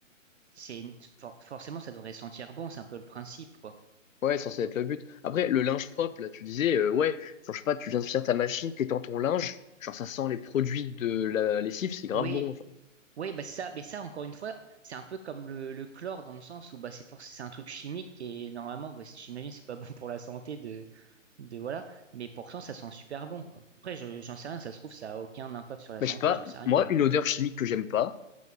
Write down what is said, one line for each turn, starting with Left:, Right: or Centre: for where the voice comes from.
Right: c'est, for- forcément, ça devrait sentir bon, c'est un peu le principe, quoi.
Left: Ouais, c'est censé être le but. Après, le linge propre, là, tu disais, euh, ouais, genre, je sais pas, tu viens de faire ta machine, t'es dans ton linge, genre, ça sent les produits de la lessive, c'est grave
Right: Oui,
Left: bon, genre.
Right: Oui, bah c'est ça, mais ça, encore une fois, c'est un peu comme le, le chlore dans le sens où bah, c'est forc- c'est un truc chimique et normalement, bah, j'imagine, c'est pas <laughs> bon pour la santé de, de voilà, mais pourtant, ça sent super bon, quoi. Après, je, j'en sais rien, ça se trouve, ça a aucun impact sur la
Left: Mais
Right: santé,
Left: je sais pas,
Right: j'en sais rien,
Left: moi,
Right: mais.
Left: une odeur chimique que j'aime pas,